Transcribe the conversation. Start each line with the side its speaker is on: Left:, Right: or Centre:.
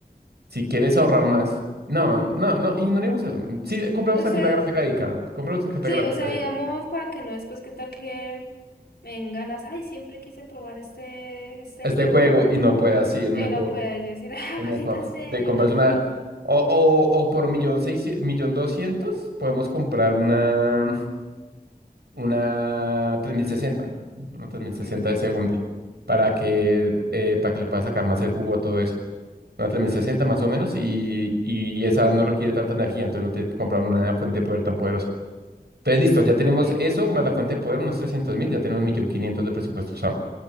Right: si quieres ahorrar más, no, no, no, ignoremos eso, sí, compramos
Left: Entonces.
Right: tarjeta gráfica dedicada, compramos tarjeta
Left: Sí,
Right: gráfica
Left: o sea, digamos, para que no después que tal que me den ganas, ay, siempre quise probar este, este
Right: este
Left: juego,
Right: juego y no puedas, sí, es mejor,
Left: y no pueda yo decir, <laughs> ah,
Right: es
Left: maldita
Right: mejor.
Left: sea,
Right: Te
Left: hay
Right: compras
Left: dos millones.
Right: una, o,
Left: <laughs>
Right: o, o por millón seiscientos, millón doscientos, podemos comprar una, una 3060 una tres mil sesenta
Left: Ujú.
Right: de segunda, para que, eh, para que le puedas sacar más el jugo a todo eso. Una 3060 más o menos y, y esa no requiere tanta energía, entonces no tienes que comprar una fuente de poder tan poderosa. Entonces, listo, ya
Left: Ok,
Right: tenemos eso, más la fuente de poder, unos 300 mil, ya tenemos un millón quinientos de presupuesto.